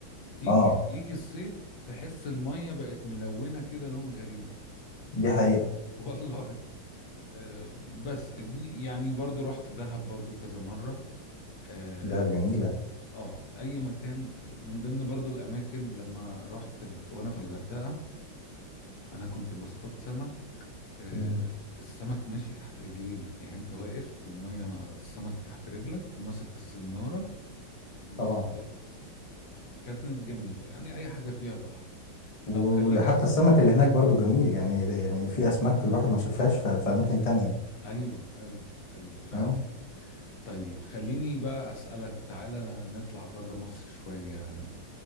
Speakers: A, on the left (about 70°); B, on the left (about 35°).
A: تيجي
B: اه
A: يجي الصيف تحس المية بقت ملونة كده لون غريب
B: دي حقيقة
A: <laughs> والله آه، بس دي يعني برضو رحت دهب برضو كذا مرة اه
B: دهب جميلة
A: آه، اي مكان من ضمن برضو الاماكن لما رحت في- وانا في الغردقة انا كنت بصطاد سمك آه،
B: تمام.
A: السمك ماشي تحت رجلينا يعني انت واقف والمية مع- السمك تحت رجلك وماسك الصنارة بتصطاد
B: طبعا
A: كانت جميلة يعني أي حاجة فيها بحر
B: و-
A: طب خليني
B: وحتى
A: أس...
B: السمك اللي هناك برضو جميل يعني يعني في اسماك الواحد ما شافهاش في, في اماكن تانية
A: أيوه أيوه أيوه فعلا
B: تمام
A: طيب خليني بقى أسألك تعالى نطلع بره مصر شوية